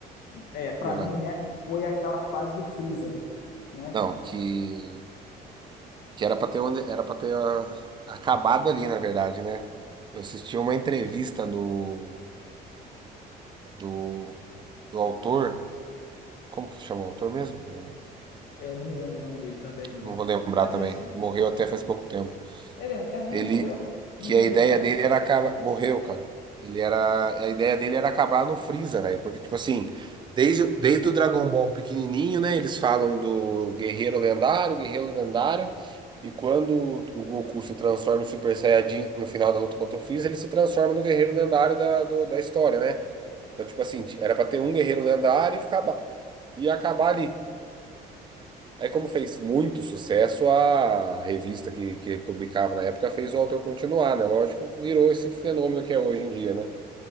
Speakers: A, on the left; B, on the right.
A: é, para
B: É.
A: mim, né, foi aquela fase do Freeza, né?
B: Não, que. Que era pra ter onde, era para ter ah, acabado ali, na verdade, né? Eu assisti uma entrevista do, do, do autor, como que chama o autor mesmo? Não,
A: É, Eu não me lembro o nome dele também não.
B: não vou lembrar
A: Mas
B: também.
A: enfim.
B: Morreu até faz pouco tempo.
A: É verdade, é mesmo?
B: Ele,
A: Morreu? Eu
B: que
A: não sabia
B: a ideia
A: não.
B: dele era acabar, morreu, cara. Ele era, a ideia dele era acabar no Freeza, velho, porque tipo assim, desde, desde o Dragon Ball pequenininho, né, eles falam do guerreiro lendário, guerreiro lendário, e quando o Goku se transforma em Super Saiyajin no final da luta contra o Freeza, ele se transforma no guerreiro lendário da, do- da história, né? Então, tipo assim, era pra ter um guerreiro lendário e acabar, e acabar ali. Aí, como fez muito sucesso, a revista que, que publicava na época fez o autor continuar, né? Lógico, virou esse fenômeno que é hoje em dia, né?